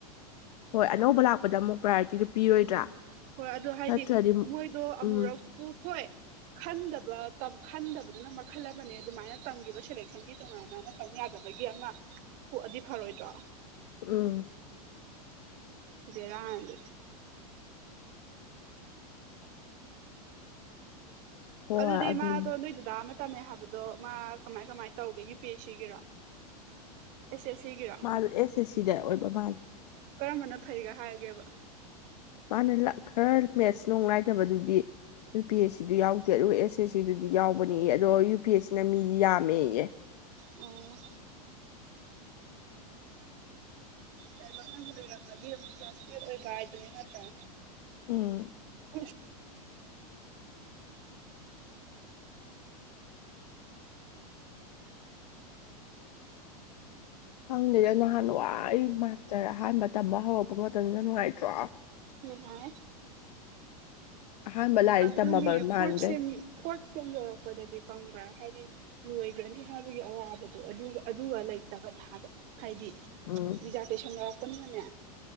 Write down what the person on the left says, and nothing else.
ꯍꯣꯏ ꯑꯅꯧꯕ ꯂꯥꯛꯄꯗ ꯑꯃꯨꯛ ꯄ꯭ꯔꯥꯏꯌꯣꯔꯤꯇꯤꯗꯨ ꯄꯤꯔꯣꯏꯗ꯭ꯔꯥ
ꯅꯠꯇ꯭ꯔꯗꯤ
ꯎꯝ
ꯎꯝ
ꯍꯣꯏ
ꯑꯗꯨꯅꯤ
ꯃꯥꯗꯣ ꯑꯦꯁ ꯑꯦꯁ ꯁꯤꯗ ꯑꯣꯏꯕ ꯃꯥꯜꯂꯦ
ꯃꯥꯅ ꯂ ꯈꯔ ꯃꯦꯠꯁ ꯅꯨꯡ ꯂꯥꯏꯗꯕꯗꯨꯗꯤ ꯌꯨ ꯄꯤ ꯑꯦꯁ ꯁꯤꯗꯨ ꯌꯥꯎꯗꯦ ꯑꯗꯨ ꯑꯦꯁ ꯑꯦꯁ ꯁꯤꯗꯨꯗꯤ ꯌꯥꯎꯕꯅꯤ ꯑꯗꯣ ꯌꯨ ꯄꯤ ꯑꯦꯁ ꯁꯤꯅ ꯃꯤꯗꯤ ꯌꯥꯝꯃꯦ ꯌꯦ
ꯎꯝ
ꯈꯪꯗꯦꯗ ꯅꯍꯥꯟ ꯋꯥꯏ ꯃꯥꯁꯇꯔ ꯑꯍꯥꯟꯕ ꯇꯝꯕ ꯍꯧꯔꯛꯄ ꯃꯇꯝꯗ ꯅꯨꯡꯉꯥꯏꯇ꯭ꯔꯣ
ꯑꯍꯥꯟꯕ ꯂꯥꯏꯔꯤꯛ
ꯇꯝꯃꯕ
ꯃꯥꯟꯈꯩ
ꯎꯝ